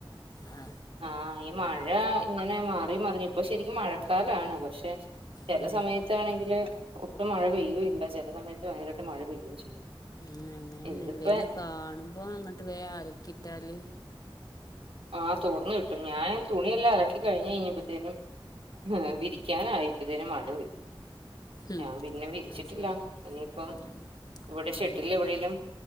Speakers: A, on the left; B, on the right.
A: ആ
B: ആ ഈ മഴ ഇങ്ങനെ മാറി മറിഞ്ഞ് ഇപ്പൊ ശരിക്കും മഴക്കാലാണ് പക്ഷെ ചെല
A: ഉം
B: സമയത്താണെങ്കില് ഒട്ടും മഴ പെയ്യുല്ല ചെല സമയത്ത് <unintelligible> മഴ പെയ്യും ചെയ്യും.
A: ഉം അങ്ങനന്നെ
B: ഇന്നിപ്പോ
A: വെയില് കാണുമ്പോ അങ്ങട്ട് വേം അലക്കിട്ടാല്
B: ആ തോർന്ന് കിട്ടും ഞാൻ തുണിയല്ല അലക്കി കഴിഞ്ഞ് കഴിഞ്ഞപ്പത്തേനും വിരിക്കാന് ആയപ്പോത്തേനും മഴ പെയ്തു.
A: ഉം
B: ഞാൻ പിന്നെ വിരിച്ചിട്ടില്ല
A: അത് ശരി
B: ഇനിയിപ്പം
A: ഉം
B: ഇവിടെ
A: ഉം
B: ഷെഡിൽ എവിടേലും